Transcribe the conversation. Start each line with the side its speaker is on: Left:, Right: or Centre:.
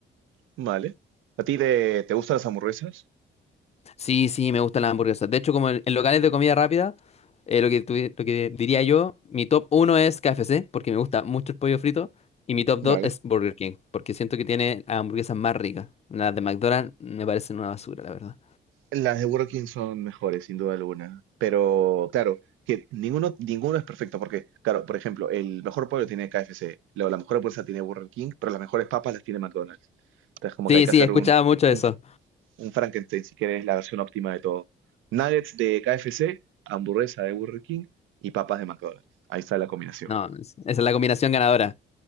Right: Vale. ¿A ti te, te gustan las hamburguesas?
Left: Sí, sí, me gustan las hamburguesas. De hecho, como en, en locales de comida rápida, eh, lo que, tuvi- lo que diría yo, mi top uno es KFC, porque me gusta mucho el pollo frito, y mi top
Right: Vale.
Left: 2 es Burger King, porque siento que tiene las hamburguesas más ricas. Las de McDonald's me parecen una basura, la verdad.
Right: Las de Burger King son mejores, sin duda alguna. Pero, claro, que ninguno, ninguno es perfecto, porque, claro, por ejemplo, el mejor pollo tiene KFC, luego la mejor hamburguesa tiene Burger King, pero las mejores papas las tiene McDonald's. Entonces, como
Left: Sí,
Right: que hay que
Left: sí,
Right: hacer
Left: escuchaba
Right: un,
Left: mucho
Right: un,
Left: eso.
Right: un Frankenstein, si quieres, la versión óptima de todo. Nuggets de KFC, hamburguesa de Burger King y papas de McDonald's. Ahí está la combinación.
Left: No, es- esa es la combinación ganadora.